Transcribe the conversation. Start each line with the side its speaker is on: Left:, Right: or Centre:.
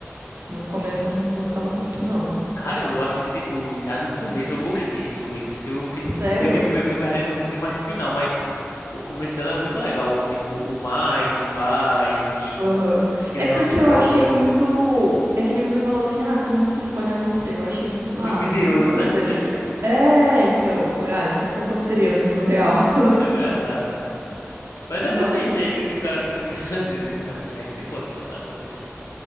Right: No começo eu não gostava muito, não.
Left: Cara, eu acho que tipo, já do começo eu gostei de Suits. Eu tipo,
Right: Sério?
Left: fui, fui, fui perdendo o gosto mais no final, mas O começo dela é muito legal. Tipo, o Mike vai e
Right: Aham.
Left: aquele
Right: É porque
Left: negócio de
Right: eu
Left: drogas.
Right: achei muito. É que nem você falou assim, ah, como que isso pode acontecer? Eu achei muito,
Left: Muito
Right: ah,
Left: mentiroso,
Right: isso nunca aconteceria.
Left: né?
Right: É, então. Falei, ah, isso nunca aconteceria no mundo real. <laughs>
Left: É verdade. Mas é
Right: Mas.
Left: desse jeito que o cara fica pensando. <laughs> Não, isso aí não tem condição de acontecer.